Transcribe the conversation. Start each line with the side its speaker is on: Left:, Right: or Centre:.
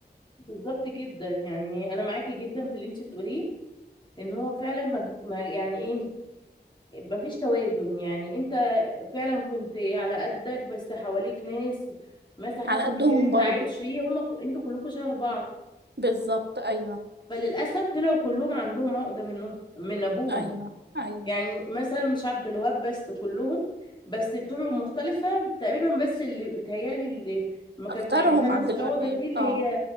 Left: بالظبط جدا يعني أنا معاكي جدا في اللي أنت بتقوليه إن هو فعلا ما ما- يعني إيه مفيش توازن يعني أنت فعلا كنت على قدك بس حواليك ناس مثلا حتى
Right: على قدهم
Left: المكان اللي أنت
Right: برضو
Left: عايش فيه هم ك- أنتوا كلكم شبه بعض
Right: بالظبط ايوه
Left: فللأسف طلعوا كلهم عندهم عقدة منه من أبوهم
Right: ايوه ايوه
Left: يعني مثلا مش عبد الوهاب بس كلهم بس بطرق مختلفة تقريبا بس اللي بتهيألي اللي ما كانش
Right: اكترهم
Left: عندها نفس
Right: عبد الوهاب
Left: العقدة دي اللي
Right: اه
Left: هي